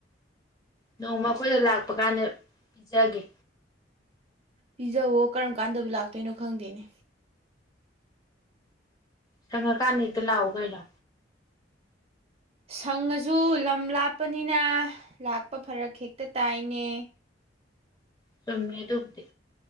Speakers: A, on the left; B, on the right.
A: ꯅꯣꯡꯃ ꯑꯩꯈꯣꯏꯗ ꯂꯥꯛꯄ ꯀꯥꯟꯗ ꯄꯤꯖꯒꯦ
B: ꯄꯤꯖꯋꯣ ꯀꯔꯝ ꯀꯥꯟꯗꯕꯨ ꯂꯥꯛꯇꯣꯏꯅꯣ ꯈꯪꯗꯦꯅꯦ
A: ꯁꯪꯉꯀꯥꯟꯗ ꯂꯥꯛꯑꯣ ꯀꯩꯅꯣ
B: ꯁꯪꯉꯁꯨ ꯂꯝ ꯂꯥꯞꯄꯅꯤꯅ ꯂꯥꯛꯄ ꯐꯔꯛ ꯍꯦꯛꯇ ꯇꯥꯏꯅꯦ
A: ꯆꯨꯝꯃꯤ ꯑꯗꯨꯕꯨꯗꯤ